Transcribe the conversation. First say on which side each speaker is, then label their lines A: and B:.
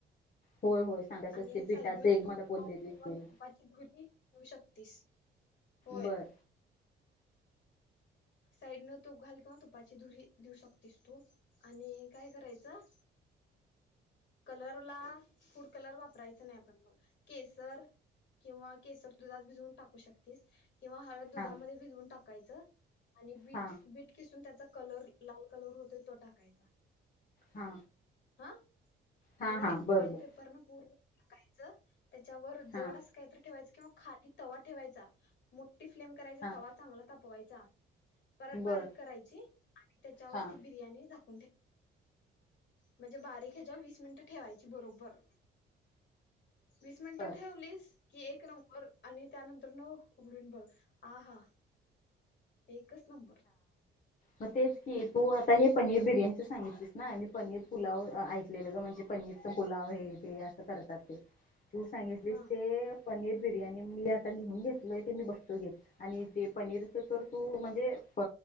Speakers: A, on the left; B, on the left.
A: होय होय सांगायच
B: आणि
A: असते पिटाचं
B: साईडनं
A: एक
B: तूप
A: मला बोललेली
B: किंवा
A: ते
B: तुपाची भुी <unintelligible> ठेऊ शकतेस होय
A: बर
B: साईड न तूप घाल किंवा तुपाची धुरी देऊ शकतेस तू आणि काय करायचं कलरला फूड कलर वापरायच नाही आपण म केसर किंवा केसर दुधात भिजवून टाकू शकतेस किंवा हळद
A: हा
B: दुधामध्ये भिजवून टाकायचं आणि बीट
A: हा
B: बीट किसून त्याचा कलर लाल कलर होतय तो टाकायचा
A: हा
B: हा
A: हा
B: आणि
A: हा बर
B: फॉईल
A: बर
B: पेपरन पूर्व त कायचं त्याच्यावर
A: हा
B: जड असं काहीतरी ठेवायचं किंवा खाली तवा ठेवायचा मोट टी फ्लेम करायचे
A: हा
B: तवा चांगला ताप पोहेचा. परत
A: बर
B: बारीक करायची आणि त्याच्यावर
A: हा
B: ती बिर्याणी झाक म्हणजे बारीक ह्याच्याव वीस मिनट ठेवायची बरोबर. वीस मिनिटं
A: बर
B: ठेवलीस? कि एक नंबर आणि त्यानंतरन ऊ उघडून बघ आहा. एकच नंबर
A: म तेच कि तू आता हे पनीर बिर्याणीच सांगितलीस ना मी पनीर पुलाव अ ऐकलेलं ग म्हणजे पनीरच पुलाव हे ते अस करतात ते तू सांगितलीस
B: हा
A: ते पनीर बिर्याणी मी आता लिहून घेतलोय ते मी बघतो घे आणि ते पनीरच तर तू म्ह जे प